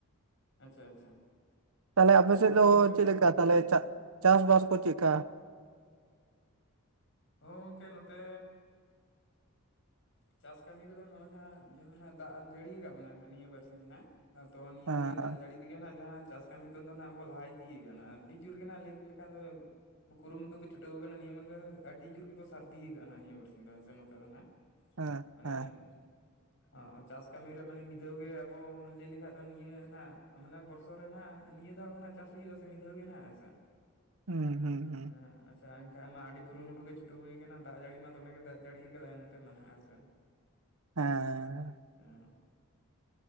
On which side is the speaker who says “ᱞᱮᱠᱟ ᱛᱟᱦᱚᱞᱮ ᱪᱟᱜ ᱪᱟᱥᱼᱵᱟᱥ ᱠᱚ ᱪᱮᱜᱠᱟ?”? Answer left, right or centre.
Right